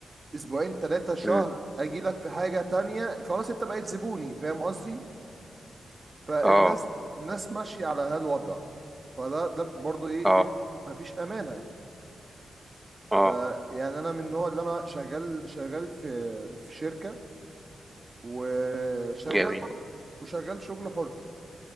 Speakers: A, on the right (about 25°); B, in the centre.
A: اسبوعين ثلاثة شهر
B: امم
A: اجي لك في حاجة تانية خلاص انت بقيت زبوني فاهم قصدي فالناس
B: اه
A: الناس ماشيه على هالوضع فده ده برضو ايه
B: اه
A: دي ما فيش امانه
B: اه
A: فيعني انا من النوع اللي انا شغال شغال في في شركه وشغال
B: جميل
A: برضو وشغال شغل حر